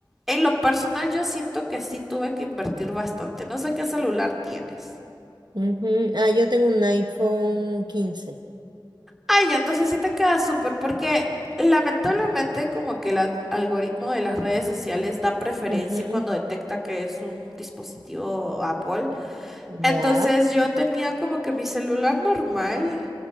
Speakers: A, in the centre; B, on the right (about 60°).
A: En lo personal, yo siento que sí tuve que invertir bastante. No sé qué celular tienes.
B: Ujú. Ah, yo tengo un iPhone quince
A: Ay, entonces sí te queda súper, porque lamentablemente como que el ad- algoritmo de las redes sociales da preferencia
B: Ujú.
A: cuando detecta que es un dispositivo Apple. Entonces
B: Ya.
A: yo tenía como que mi celular normal,